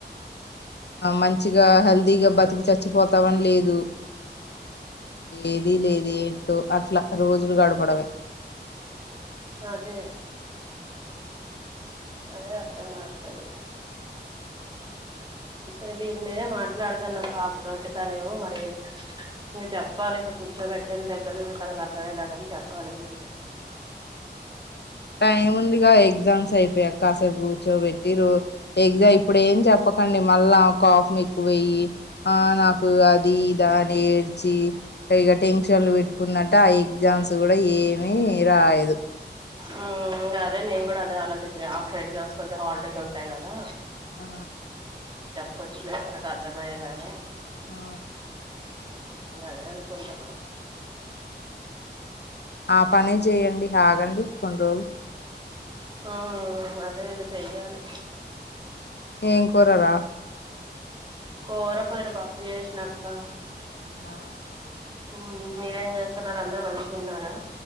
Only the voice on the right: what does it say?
అదే అదే అర్ధం కావట్లేదు ఇక దీని మీదే మాట్లాడుతున్నాం పాపతోటి తనేమో మరి ఇంక చెప్పాలి ఇంక కూర్చోబెట్టని దగ్గరకి తనకు అర్థమయ్యేలాగాని చెప్పాలి మేమే
మ్మ్ ఇగా అదే మేము కూడా అదే ఆలోచించ్నాం ఆఫ్టర్ ఎగ్జామ్స్ కొంచెం హాల్డేస్ ఉంటాయి కదా
పొచ్చిలే తనకి అర్ధమయే లాగ
ఇంగా అదే అనుకుంటనా
మ్మ్ అదే ఇక చెయ్యాలి
కోర పోదేటి పప్పు చేసిన అక్కా
మ్మ్ మ్ మీరేం చేస్తున్నారు అందరు మంచిగా ఉన్నారా